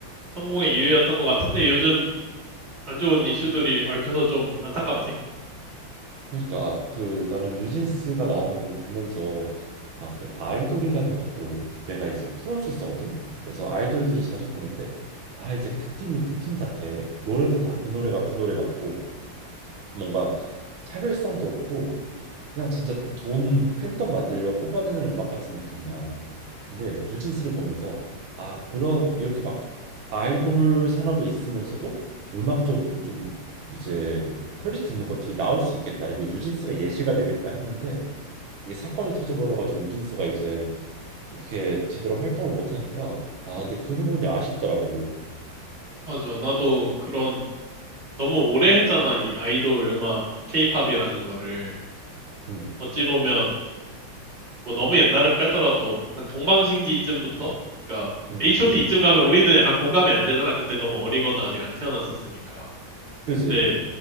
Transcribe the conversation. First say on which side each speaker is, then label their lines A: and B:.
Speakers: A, on the right; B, on the right.
A: 성공의 이유였던 것 같은데 요즘 안 좋은 이슈들이 얽혀서 좀 안타깝네.
B: 그러니까 그 나는 뉴진스가 나오는 걸 보면서 아 그 아이돌이라는 것도 내가 이제 프로듀서거든. 그래서 아이돌들을 자주 보는데 다 이제 그 팀이 그 팀 같아. 노래도 다 그 노래가 그 노래 같고 뭔가 차별성도 없고 그냥 진짜 돈 팬덤 만들려고 뽑아내는 음악 같은 느낌이야. 근데 뉴진스를 보면서 아, 그러 이렇게 막 아이돌 산업에 있으면서도 음악적으로 좀 이제 퀄리티 있는 것들이 나올 수 있겠다. 이게 뉴진스가 예시가 되겠다 했는데 이게 사건이 터져버려가지고 뉴진스가 이제 어떻게 제대로 활동을 못 하니까 아, 근데 그 부분이 아쉽더라고.
A: 맞아. 나도 그런 너무 오래 했잖아. 이 아이돌 음악 케이팝이라는 거를.
B: 응,
A: 어찌 보면 뭐 너무 옛날은 빼더라도 한 동방신기쯤부터 그러니까
B: 응,
A: H.O.T.이쯤 가면 우리는 약간 공감이 안 되잖아. 그때 너무 어리거나 아직 안 태어났었으니까.
B: 그지,
A: 근데